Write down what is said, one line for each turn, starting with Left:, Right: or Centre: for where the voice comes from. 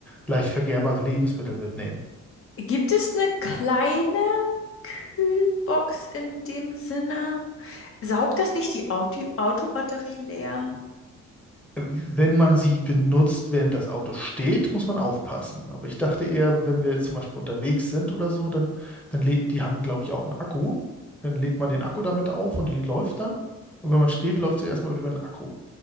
Centre: leicht vergärbare Lebensmittel mitnehmen.
Left: Gibt es eine kleine Kühlbox in dem Sinne? Saugt das nicht die Auto Autobatterie leer?
Centre: Wenn man sie benutzt, während das Auto steht, muss man aufpassen. Aber ich dachte eher, wenn wir jetzt zum Beispiel unterwegs sind oder so, dann, dann lädt, die haben, glaube ich, auch einen Akku. Dann lädt man den Akku damit auf und die läuft dann. Und wenn man steht, läuft sie erstmal über den Akku.